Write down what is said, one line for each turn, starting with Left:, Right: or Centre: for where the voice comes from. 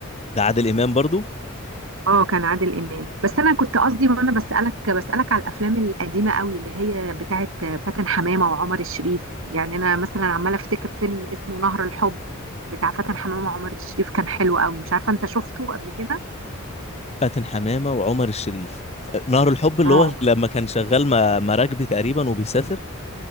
Left: ده عادل امام برضو
Right: اه كان عادل إمام بس انا كنت قصدي وانا بسألك بسألك على الافلام القديمة قوي اللي هي بتاعت فاتن حمامة وعمر الشريف يعني انا مثلا عمالة افتكر فيلم اسمه نهر الحب بتاع فاتن حمامة وعمر الشريف كان حلو قوي مش عارفة انت شفته قبل كده
Left: فاتن حمامه وعمر الشريف نهر الحب اللي
Right: اه
Left: هو لما كان شغال مع مراكبي تقريبا وبيسافر